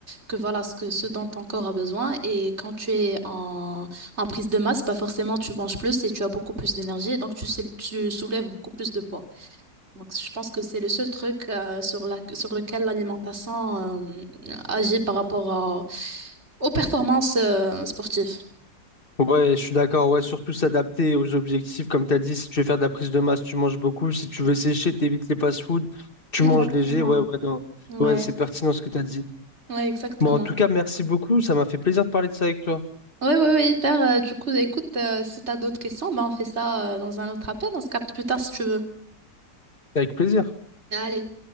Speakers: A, on the right; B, on the left.
A: que voilà, ce que, ce dont ton corps a besoin. Et quand tu es en, en prise de masse, bah, forcément, tu manges plus et tu as beaucoup plus d'énergie. Donc, tu, sais- tu soulèves beaucoup plus de poids. Donc, je pense que c'est le seul truc euh, sur la, sur lequel l'alimentation euh, agit par rapport à- aux performances euh, sportives.
B: Ouais, je suis d'accord. Ouais, surtout s'adapter aux objectifs. Comme tu as dit, si tu veux faire de la prise de masse, tu manges beaucoup. Si tu veux sécher, t'évites les fast-food. Tu
A: Exactement.
B: manges léger. Ouais, ouais, non.
A: Ouais,
B: Ouais, c'est pertinent ce que tu as dit.
A: ouais, exactement.
B: Bon, en tout cas, merci beaucoup. Ça m'a fait plaisir de parler de ça avec toi.
A: Ouais, ouais, ouais, hyper. Euh, du coup, écoute, euh, si t'as d'autres questions, ben on fait ça euh, dans un autre appel. On se capte plus tard si tu veux.
B: Avec plaisir.
A: Allez.